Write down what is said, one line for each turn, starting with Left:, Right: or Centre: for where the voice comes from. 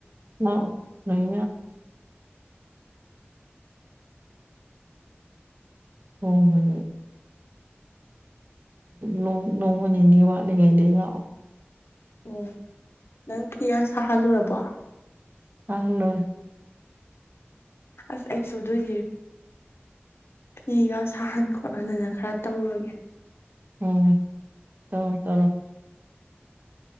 Right: ꯅ ꯂꯩ ꯍ ꯃꯅꯤ ꯅꯣꯡ ꯅꯣꯡꯃ ꯅꯤꯅꯤ ꯋꯥꯠꯂꯤꯉꯩꯗꯒꯤ ꯂꯥꯛꯑꯣ
Left: ꯎꯝ ꯅꯪ ꯐꯤꯌꯥ ꯁꯥꯍꯜꯂꯨꯔꯕꯣ
Right: ꯑꯍꯂꯣ
Left: ꯑꯁ ꯑꯩ ꯁꯣꯗꯣꯏꯁꯦ ꯐꯤꯒ ꯁꯥꯍꯟ ꯈꯣꯠꯍꯟꯗꯅ ꯈꯔ ꯇꯧꯔꯒꯦ
Right: ꯎꯝ ꯆ ꯀꯗꯗ